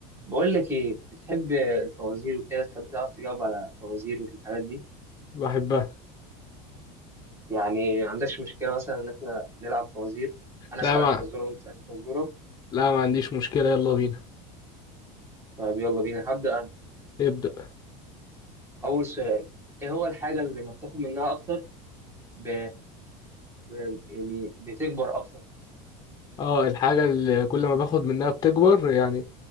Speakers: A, on the right; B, on the left.
A: بقول لك ايه بتحب الفوازير وكده تحب تعرف تجاوب على فوازير والحاجات دي
B: بحبها
A: يعني ما عندكش مشكلة مثلا ان احنا نلعب فوازير انا اسالك
B: لا ما
A: فزورة وانت تسالني فزورة
B: لا ما عنديش مشكلة يلا بينا
A: طب يلا بينا هبدأ انا
B: ابدأ
A: اول سؤال ايه هو الحاجة اللي لما بتاخد منها اكتر ب... ب... يعني بتكبر اكتر
B: اه الحاجة اللي كل ما باخد منها بتكبر يعني